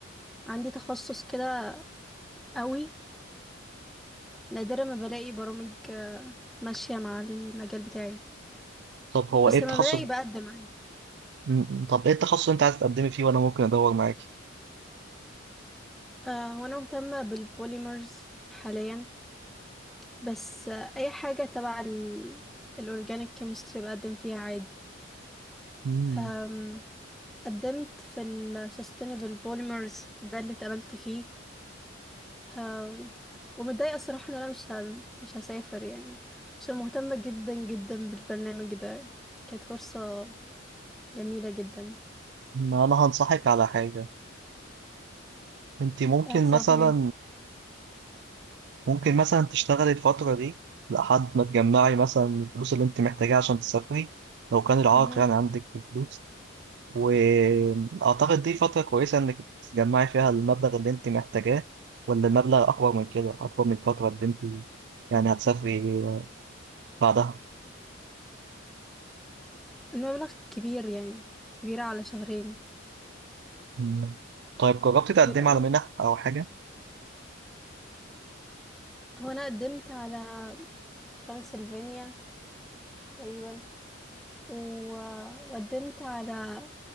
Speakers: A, in the centre; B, on the right.
A: عندي تخصص كده قوي فنادرا ما بلاقي برامج آه، ماشية مع المجال بتاعي
B: طب هو
A: بس
B: إيه التخصص
A: لما بلاقي بقدم عادي
B: م- طب إيه التخصص اللي أنت عايز تقدمي فيه وأنا ممكن أدور معاكي؟
A: آه، وانا مهتمة بالبوليمرز حاليا بس اي حاجة تبع ال الأورجانيك كيمستري بقدم فيها عادي
B: مم.
A: أم، قدمت في ال sustainable polymers ده اللي اتقبلت فيه أم، ومتضايقة الصراحة ان انا مش ه... مش هسافر يعني عشان مهتمة جدا جدا بالبرنامج ده كانت فرصة جميلة جدا
B: ما انا هنصحك على حاجة انت ممكن
A: هتصاحب
B: مثلا
A: ايه
B: ممكن مثلا تشتغلي الفترة دي لحد ما تجمعي مثلا الفلوس اللي انت محتاجاها عشان تسافري لو كان العائق
A: مهم.
B: يعني عندك في الفلوس واعتقد دي فترة كويسة انك تجمعي فيها المبلغ اللي انت محتاجاه ولا المبلغ اكبر من كده اكبر من الفترة اللي انت يعني هتسافري بعدها
A: المبلغ كبير يعني كبير على شهرين
B: مم. طيب جربتي تقدمي
A: كبير قوي
B: على منح او حاجة
A: هو انا قدمت على ترانسلفانيا تقريبا و... وقدمت على